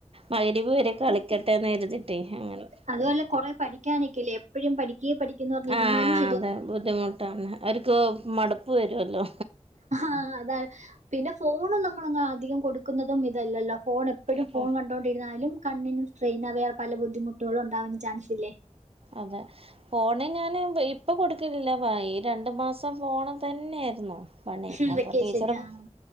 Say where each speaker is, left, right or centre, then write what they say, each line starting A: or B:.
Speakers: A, on the right; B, on the right.
A: മഗ്രിബ് വരെ കളിക്കട്ടെന്ന് കരുതിട്ട് അങ്ങനെ
B: അതും അല്ല കുറെ പഠിക്കാൻ നിക്കല്ലേ എപ്പോഴും പഠിക്ക് പഠിക്കിന്ന് പറഞ്ഞ് ഇരുന്നാലും
A: ആഹ്
B: ശ
A: അതെ ബുദ്ധിമുട്ടാണ് അവർക്ക് മടുപ്പ് വരുല്ലോ.
B: ആഹ് അതാണ് പിന്നെ ഫോൺ നമ്മളങ്ങനെ അധികം കൊടുക്കുന്നതും ഇതല്ലല്ലോ ഫോൺ എ എപ്പോഴും
A: അപ്പൊ
B: ഫോൺ കണ്ടുകൊണ്ടിരുന്നാലും കണ്ണിനും സ്ട്രെയിനും അവേറെ പല ബുദ്ധിമുട്ടുകളും ഉണ്ടാവാൻ ചാൻസില്ലേ.
A: അതെ ഫോണ് ഞാന് ഇപ്പോ കൊടുക്കലില്ല വാ ഈ രണ്ടു മാസം ഫോണ് തന്നെയായിരുന്നു. പണി,
B: ഉം
A: അപ്പോ
B: വെക്കേഷൻ
A: ടീച്ചറും
B: ആഹ്